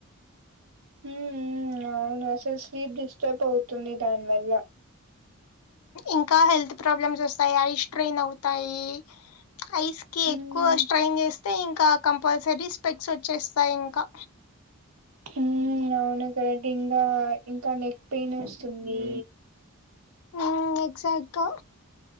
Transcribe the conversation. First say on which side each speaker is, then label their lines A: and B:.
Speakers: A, on the right (about 70°); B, on the left (about 75°).
A: ఉమ్ మ్మ్ అవును అసలు స్లీప్ డిస్టర్బ్ అవుతుంది దానివల్ల
B: ఇంకా హెల్త్ ప్రాబ్లమ్స్ వస్తాయి ఐస్ స్ట్రెయిన్ అవుతాయి ఐస్ కి
A: ఉమ్
B: ఎక్కువ స్ట్రైన్ చేస్తే ఇంకా కంపల్సరీ స్పెక్ట్స్ వచ్చేస్తాయి ఇంకా
A: ఉమ్ అవును కరెక్టే ఇంకా ఇంకా నెక్ పెయిన్ వస్తుంది
B: ఆ ఎక్సెక్ట్ గా